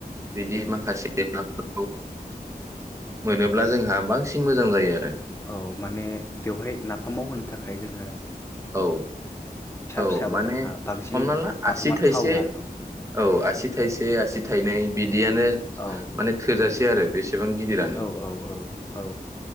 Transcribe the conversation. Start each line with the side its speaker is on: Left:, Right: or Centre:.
Right: बिदि माखासे नाफोरखौ मोनोब्ला जोंहा बांसिन मोजां जायो आरो।
Left: औ माने बेवहाय नाफाम माव होनो थाखाय जोङो
Right: औ औ
Left: फिसाबा
Right: माने
Left: जोंहा बांसिन
Right: हमना ला
Left: नाफामा
Right: आसि थाइसे
Left: थावो आरो न
Right: औ आसि थाइसे आसि थायनै बि बियानो
Left: औ
Right: माने थोजासे आरो बेसेबां गिदिरानो
Left: औ औ औ औ